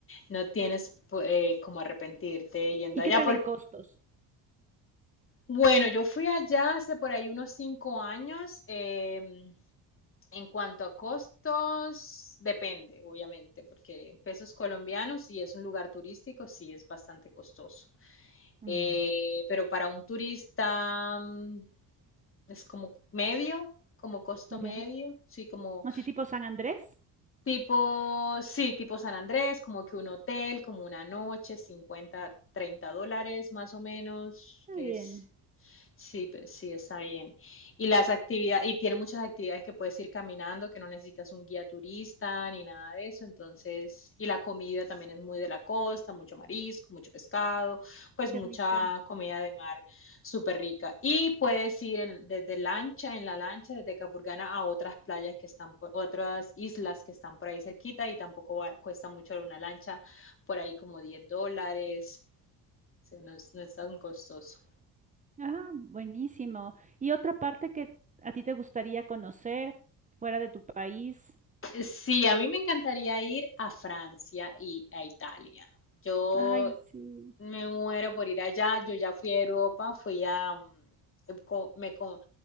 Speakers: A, on the left (about 30°); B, on the right (about 20°).
A: No tienes pues, eh, como arrepentirte yendo
B: ¿Y
A: allá.
B: qué tal
A: Porque,
B: en costos?
A: bueno, yo fui allá hace por ahí unos cinco años. Eh, en cuanto a costos, depende, obviamente, porque en pesos colombianos, si es un lugar turístico, sí es bastante costoso.
B: Mm,
A: Eh, pero para un turista mm, es como medio, como costo
B: ya.
A: medio, sí, como
B: Así tipo San Andrés.
A: Tipo, sí, tipo San Andrés, como que un hotel, como una noche, 50 30 dólares más o menos,
B: Está
A: que
B: bien,
A: es Sí, pues sí, está bien. Y las actividades, y tiene muchas actividades que puedes ir caminando, que no necesitas un guía turista ni nada de eso. Entonces, y la comida también es muy de la costa, mucho marisco, mucho pescado, pues
B: qué
A: mucha
B: rico.
A: comida de mar súper rica. Y puedes ir en- desde lancha, en la lancha, desde Capurganá a otras playas que están por, otras islas que están por ahí cerquita y tampoco va- cuesta mucho una lancha, por ahí como 10 dólares. O sea, No es, no es tan costoso.
B: Ah, buenísimo. ¿Y otra parte que a ti te gustaría conocer fuera de tu país?
A: Sí, a mí me encantaría ir a Francia y a Italia. Yo
B: Ay, sí.
A: me muero por ir allá. Yo ya fui a Europa, fui a... mm, co- me co-